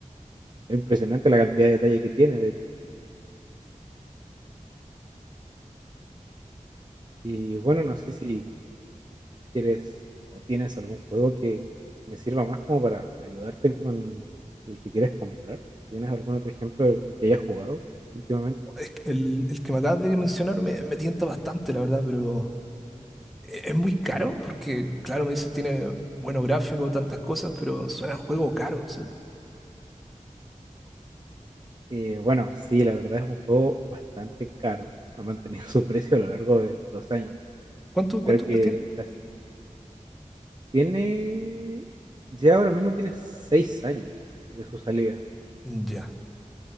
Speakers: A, on the right (about 35°); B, in the centre.
A: es impresionante la cantidad de detalle que tiene, de hecho. Y bueno, no sé si quieres o tienes algún juego que me sirva más como para ayudarte con el que quieres comprar. Si tienes algún otro ejemplo del que hayas jugado últimamente.
B: Es que el, el que me acabas de mencionar me, me tienta bastante, la verdad, pero e- es muy caro porque, claro, me dicen tiene buenos gráficos, tantas cosas, pero suena a juego caro. o sea,
A: Eh, bueno, sí, la verdad es un juego bastante caro. Ha mantenido <laughs> su precio a lo largo de los años.
B: ¿cuánto, cuántos
A: Creo que
B: años tiene?
A: está- tiene, ya ahora mismo tiene seis años de su salida.
B: Ya,